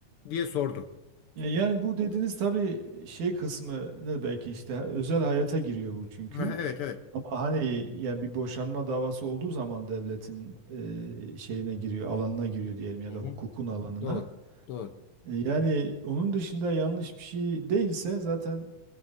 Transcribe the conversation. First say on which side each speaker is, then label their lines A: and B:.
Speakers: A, on the left; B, on the right.
A: diye sordum.
B: Ya Yani bu dediğiniz tabii şey kısmını belki işte özel hayata giriyor bu çünkü.
A: Ha, Evet, evet.
B: Ama hani ya bir boşanma davası olduğu zaman devletin e, şeyine giriyor, alanına giriyor diyelim ya
A: Hı hı.
B: da hukukun alanına.
A: Doğru. Doğru.
B: E, yani onun dışında yanlış bir şey değilse zaten